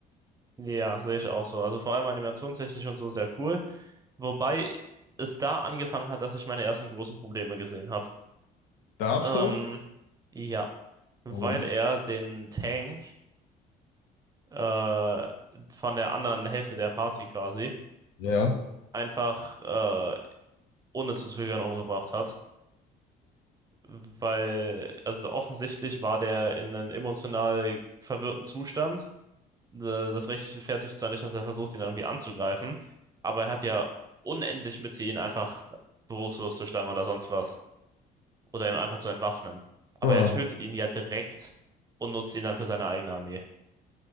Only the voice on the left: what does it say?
Da schon?
Warum?
Ja.
Ah,